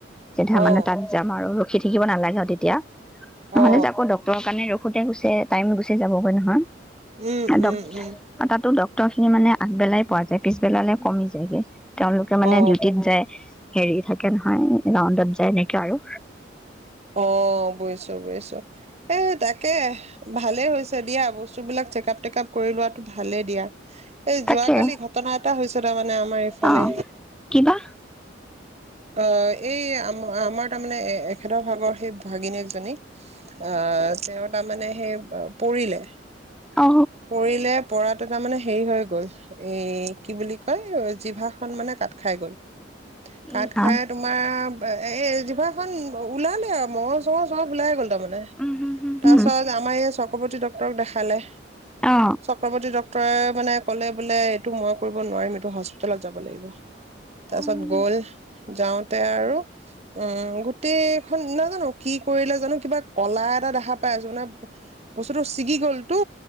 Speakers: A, in the centre; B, on the right.
A: চিধা
B: অ
A: মানে তাত যাম আৰু। ৰখি থাকিব নালাগে আৰু তেতিয়া। নহলে
B: অ
A: যে আকৌ ড্ক্তৰৰ কাৰণে ৰখ- থাকোতে গুছে টাইম গুচি যাবগৈ নহয়।
B: উম উম
A: দ
B: উম
A: তাতো দ- স্ৰ খিনি মানে আগবেলাই পোৱা যায়, পিছবেলালৈ কমি যায়গৈ। তেওঁলোকে মানে
B: অ
A: ডিউটিত যায় হেৰি থাকে নহয়, ৰাউণ্ডত যায় এনেকে আৰু
B: অ বুইছো বুইছো, এ' তাকে ভালে হৈছে। দিয়া, বস্তুবিলাক চেকআপ টেকআপ কৰি লোৱাটো ভালেই দিয়া। এই
A: তাকে
B: যোৱাকালি ঘটনা এটা হৈছে তাৰমানে আমাৰ এইফালে।
A: অ কিবা
B: অ' এই আ আমাৰ তাৰমানে- তেখেতৰ ভাগৰ সেই ভাগিনীয়েক জনীক- অ' তেওঁ তাৰ মানে সেই পৰিলে
A: অ
B: পৰিলে পৰাত তাৰ মানে হেৰি হৈ গ'ল, এ' কি বুলি কয় জিভা খন মানে কাত খাই গ'ল। কাট
A: এই ৰাম
B: খাই তোমাৰ এই জিভাখন অ' ওলালে আৰু, মঙহ চঙহ চব ওলাই গ'ল। তাৰ মানে,
A: উম হুম হুম
B: তাৰপিছত
A: হুম
B: আমাৰ ইয়াৰ চক্ৰবতী ডক ক দেখালে।
A: অ
B: চক্ৰৱৰ্তী ডক্তৰে মানে। ক'লে বোলে এইটো মই কৰিব নোৱাৰিম, এইটো হস্পিতেলত যাব লাগিব। তাৰ
A: উম
B: পিছত গ'ল, যাওঁতে আৰু উম', গোটেইখন নাজানো কি কৰিলে জানো কিবা। কলা এটা দেখা পাই আছোঁ। মানে বস্তুটো ছিগি গ'ল টো,